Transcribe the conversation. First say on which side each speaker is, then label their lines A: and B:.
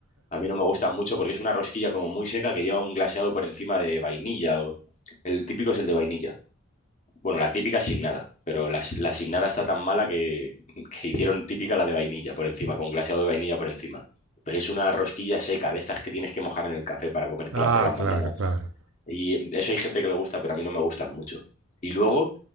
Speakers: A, on the left (about 35°); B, on the right (about 75°).
A: A mí no me gustan mucho porque es una rosquilla como muy seca que lleva un glaseado por encima de vainilla. O... El típico es el de vainilla. Bueno, la típica es sin nada, pero la, la sin nada está tan mala que, <laughs> que hicieron típica la de vainilla por encima, con glaseado de vainilla por encima. Pero es una rosquilla seca, de estas que tienes que mojar en el café para comértela
B: Ah,
A: por las mañanas
B: claro, claro.
A: y eso hay gente que le gusta, pero a mí no me gustan mucho. Y luego,